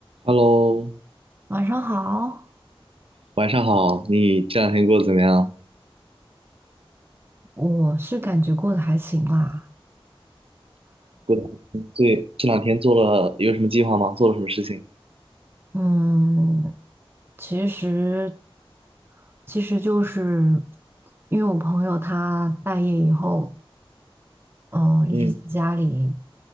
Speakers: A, on the right (about 70°); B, on the right (about 25°).
A: Hello，
B: 晚上好，
A: 晚上好。你这两天过得怎么样？
B: 我是感觉过得还行啦。
A: 过对，这两天做了有什么计划吗？做了什么事情？
B: 嗯，其实其实就是因为我朋友他待业以后，嗯，一直在家里
A: 嗯